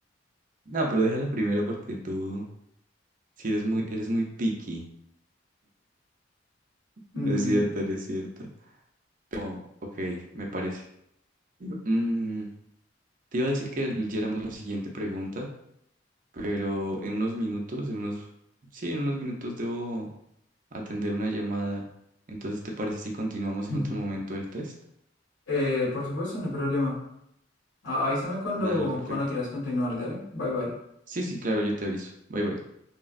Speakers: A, on the right; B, on the left.
A: No, pero déjala primero porque tú sí eres muy, eres muy picky. No
B: Mm,
A: es cierto, no es cierto. Oh, ok, me parece. Mm, te iba a decir que leyéramos la siguiente pregunta, pero en unos minutos, en unos, sí, en unos minutos debo atender una llamada. Entonces, ¿te parece si continuamos en
B: <laughs>
A: otro momento el test?
B: eh, por supuesto, no hay problema. A- avísame cuando,
A: Dale, perfecto.
B: cuando quieras continuar, dale. Bye bye.
A: Sí, sí, claro, yo te aviso. Bye, bye.